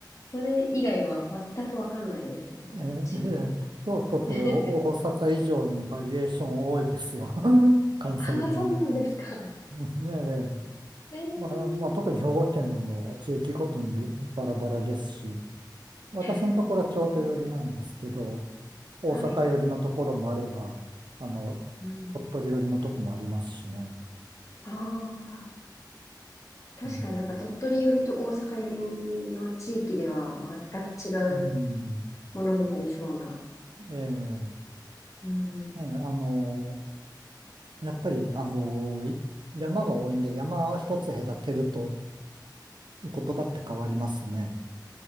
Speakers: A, on the left; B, on the right.
A: それ以外は全くわかんないですね。
B: ええええ京都と大阪以上にバリエーション多いですよ。
A: ち。<laughs>
B: <laughs> 関西弁。
A: ああ、そうなんですか。
B: <laughs> ええ
A: えー。
B: まあ、まあ、特に兵庫県はもう地域ごとにバラバラですし、私のところは京都寄りなんですけど、
A: へー。
B: 大阪寄りのところもあれば、
A: はい。
B: あの、
A: うん。
B: 鳥取寄りのとこもありますしね。
A: ああ。確かになんか鳥取寄りと大阪寄り
B: うん。
A: の地域では全く違う
B: うん。
A: ものになりそうな。
B: ええ、
A: うん。
B: ええ、あの、やっぱり、あの、い山が多いんで、山を一つ隔てると言葉って変わりますね。